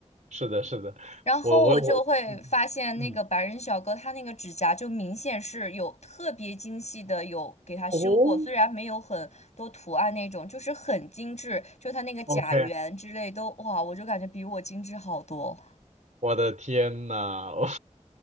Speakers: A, on the right; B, on the left.
A: 是的，是的，
B: 然后我就会发现那个白人小哥他那个指甲就明显是有特别精细的有给他修过，
A: 我我我，嗯嗯嗯，哦
B: 虽然没有很多图案那种，就是很精致，就他那个甲缘之类都哇，
A: ，OK，
B: 我就感觉比我精致好多。
A: 我的天呐，<laughs> 我